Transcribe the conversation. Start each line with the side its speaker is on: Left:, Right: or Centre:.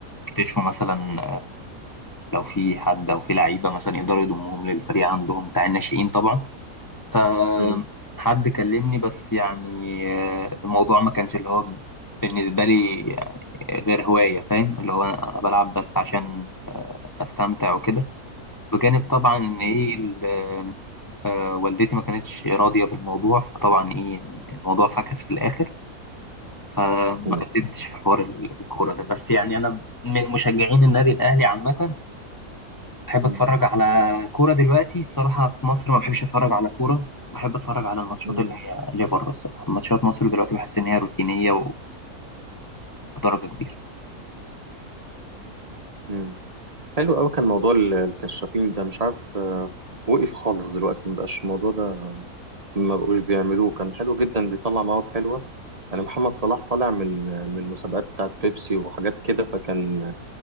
Left: يكتشفوا مثلا لو في حد أو في لعيبة مثلا يقدروا يضموهم للفريق عندهم بتاع الناشئين طبعا فحد
Right: مم.
Left: كلمني بس يعني آه، الموضوع ما كانش اللي هو بالنسبة لي غير هواية فاهم اللي هو أنا أنا بلعب بس عشان آه، أستمتع وكده بجانب طبعا إن
Right: مم.
Left: إيه ال- آه، والدتي ما كانتش راضية بالموضوع فطبعا إيه الموضوع فكس في الآخر فما
Right: مم.
Left: قدمتش في حوار ال- الكورة ده بس يعني أنا من مشجعين النادي الأهلي عامة بحب
Right: مم.
Left: أتفرج على كورة دلوقتي الصراحة في مصر ما بحبش أتفرج على كورة بحب أتفرج على الماتشات
Right: مم.
Left: اللي هي اللي بره الصراحة ماتشات مصر دلوقتي بحس إن هي روتينية وبدرجة كبيرة
Right: مم. حلو قوي كان موضوع ال- الكشافين ده مش عارف آه، وقف خالص دلوقتي مبقاش الموضوع ده ما بقوش بيعملوه كان حلو جدا بيطلع مواد حلوه انا محمد صلاح طالع من من مسابقات بتاعت بيبسي وحاجات كده فكان